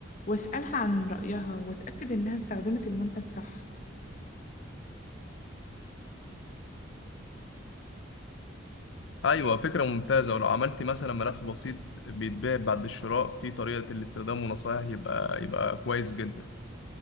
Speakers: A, on the left (about 40°); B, on the left (about 70°).
A: وأسألها عن رأيها وأتأكد إنها استخدمت المنتج صح
B: أيوة فكرة ممتازة ولو عملت مثلا ملف بسيط بيتباع بعد الشراء في طريقة الاستخدام ونصائح يبقى يبقى كويس جدا